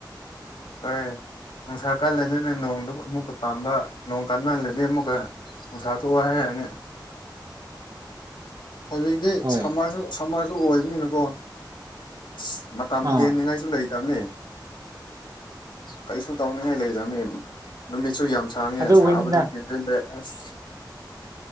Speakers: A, on the left (about 90°); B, on the right (about 50°).
A: ꯍꯣꯏ ꯅꯨꯡꯁꯥ ꯀꯜꯂ ꯑꯗꯨꯅ ꯅꯣꯡꯅꯤ ꯑꯗꯨꯝ ꯑꯃꯨꯛꯀ ꯄꯥꯝꯕ ꯅꯣꯡ ꯀꯥꯟ ꯃꯜꯂꯗꯤ ꯑꯃꯨꯛꯀ ꯅꯨꯡꯁꯥ ꯊꯣꯛꯑꯣ ꯍꯥꯏꯔꯅꯤ
B: <unintelligible>
A: ꯍꯧꯖꯤꯛꯇꯤ
B: ꯍꯣꯏ
A: ꯁꯝꯃꯔꯁꯨ ꯁꯝꯃꯔꯁꯨ ꯑꯣꯏꯕꯅꯤꯅꯀꯣ ꯑꯁ ꯃꯇꯝ
B: ꯑꯥ
A: ꯂꯦꯟꯅꯤꯡꯉꯥꯏꯁꯨ ꯂꯩꯇꯕꯅꯤ ꯀꯩꯁꯨ ꯇꯧꯅꯤꯡꯉꯥꯏ ꯂꯩꯖꯅꯤ ꯅꯨꯃꯤ ꯁꯨꯨ ꯌꯥꯝ ꯁꯥꯡꯉꯦ
B: ꯑꯗꯨꯒꯤꯅꯤꯗ
A: ꯁꯥꯕꯁꯨ ꯍꯦꯟꯖꯤꯜꯂꯦ ꯑꯁ